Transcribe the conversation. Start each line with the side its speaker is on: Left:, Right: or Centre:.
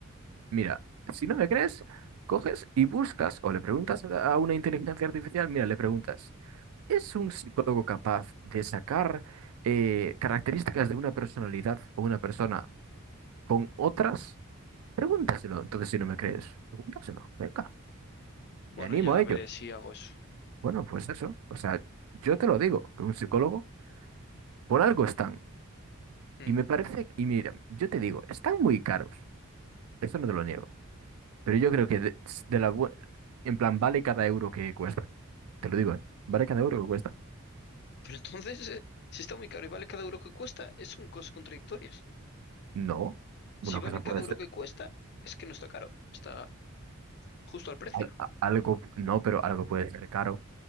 Right: Mira, si no me crees, coges y buscas o le preguntas a a una inteligencia artificial, mira, le preguntas, ¿es un psicólogo capaz de sacar eh, características de una personalidad o una persona con otras? Pregúntaselo. Entonces, si no me crees, pregúntaselo. Venga,
Left: Bueno,
Right: te animo
Left: ya
Right: a ello.
Left: veré si hago eso.
Right: Bueno, pues eso. O sea, yo te lo digo, que un psicólogo por algo están.
Left: Mm.
Right: Y me parece, y mira, yo te digo, están muy caros. Eso no te lo niego. Pero yo creo que de, de la, bu- en plan, vale cada euro que cuesta. Te lo digo, ¿eh? Vale cada euro que cuesta.
Left: Pero entonces, eh, si está muy caro y vale cada euro que cuesta, es son cosas contradictorias.
Right: No, una
Left: Si vale
Right: cosa puede
Left: cada euro
Right: ser,
Left: que cuesta, es que no está caro, está justo al precio.
Right: al- a- algo, no, pero algo puede ser caro.